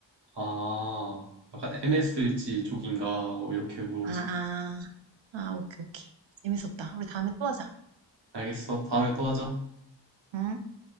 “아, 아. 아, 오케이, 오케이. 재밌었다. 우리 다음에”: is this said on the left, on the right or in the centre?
Right